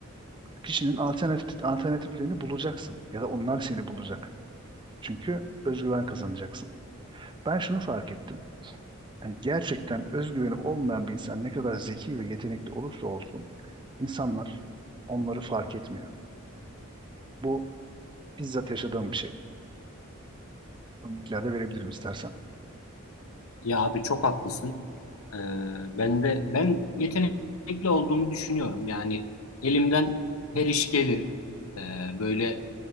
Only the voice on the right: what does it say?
kişinin alternatif, alternatiflerini bulacaksın. Ya da onlar seni bulacak. Çünkü özgüven kazanacaksın. Ben şunu fark ettim. Yani gerçekten özgüveni olmayan bir insan ne kadar zeki ve yetenekli olursa olsun insanlar onları fark etmiyor. Bu bizzat yaşadığım bir şey. Örneklerde verebilirim istersen.